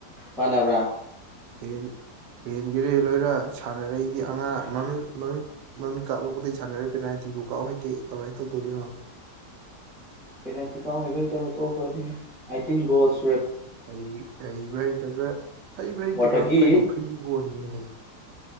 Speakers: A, in the centre; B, on the right.
A: ꯃꯥꯟꯅꯕ꯭ꯔꯥ
B: ꯑꯦꯟ ꯌꯦꯟ ꯌꯦꯔꯦ ꯂꯣꯏꯔ ꯁꯥꯟꯅꯔꯛꯏꯗꯤ ꯑꯉꯥꯡ ꯃꯃꯤꯡ ꯃꯃꯤꯡꯠ ꯃꯃꯤꯠ ꯀꯥꯞꯂꯛꯄꯗꯒꯤ ꯁꯥꯟꯅꯔ ꯄꯦꯅꯥꯜꯇꯤꯕꯨ ꯀꯥꯍꯩ ꯀ ꯀꯋꯥꯏꯇ ꯗꯔꯤ
A: ꯄꯅꯥꯇꯤꯀ ꯍꯕ ꯏꯇꯔꯤꯟꯣꯁ
B: ꯍ ꯍꯩꯕ꯭ꯔꯥ ꯍꯩꯇꯕ꯭ꯔꯥ ꯍꯩꯕ꯭ꯔꯥ ꯍꯩꯇꯕ꯭ꯔꯥꯛ
A: ꯋꯥꯇꯔꯒꯤ
B: ꯀꯩꯅꯣ ꯐ꯭ꯔꯤꯒꯣꯟꯅꯤꯅꯦ ꯍꯌꯦ